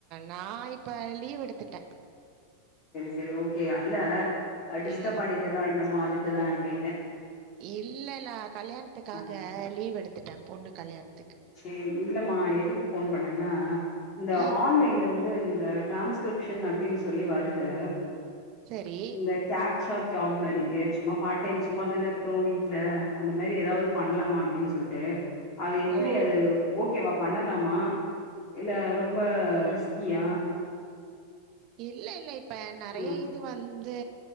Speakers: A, on the right; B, on the left.
A: நா இப்ப லீவ் எடுத்துட்டே
B: இது ஓகே யா இல்லா நா டிஸ்டர்ப்
A: ம்
B: பண்ணிட்டேனோ என்னமோ அதுக் இது தா கேட்டே
A: இல்லல்ல கல்யாணத்துக்காக
B: ஆ
A: லீவ் எடுத்தே ஏ பொண்ணு கல்யாண்
B: சேரி இல்லமா எதுக்கு போன் அதென்னா இந்த
A: ஆ
B: ஆன்லைன்ல இது எந்த ட்ரான்ஸகிரிப்டின் அப்டின்னு சொல்லி வருது
A: சரி
B: இந்த கேப்சர் ஜாப் மாரி சும்மா பார்ட் டைம் சும்மாதானே இருக்கோ வீட்டுல அந்த மாரி ஏதாவது பண்ணலாமா அப்டின்னு சொல்லிட்டு அது அப்டியாது
A: ஓ
B: ஓகேவா பண்ணலாமா இல்ல ரொம்ப ரிஸ்கியா
A: இல்ல இல்ல இப் ப நெறைய
B: ம்
A: இது வந் து